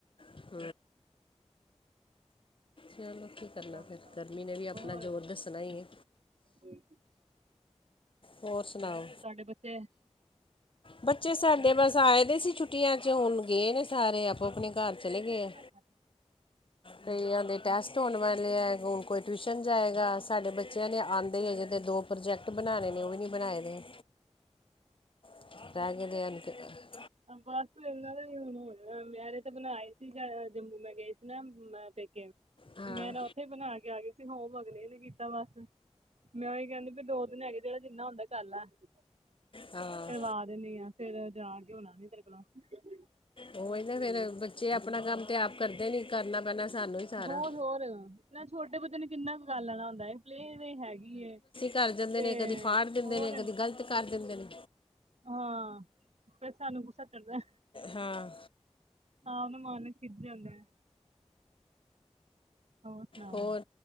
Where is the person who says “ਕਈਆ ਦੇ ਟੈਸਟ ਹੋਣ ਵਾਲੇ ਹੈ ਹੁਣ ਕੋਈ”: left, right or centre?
Left